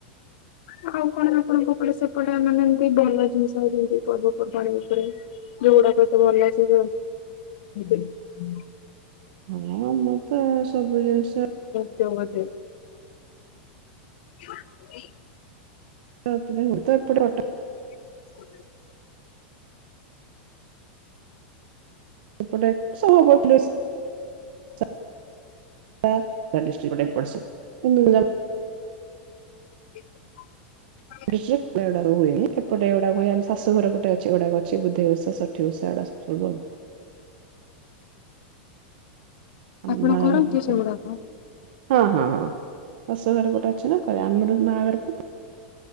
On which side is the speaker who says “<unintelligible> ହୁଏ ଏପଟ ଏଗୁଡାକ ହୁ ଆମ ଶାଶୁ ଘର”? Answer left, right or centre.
Right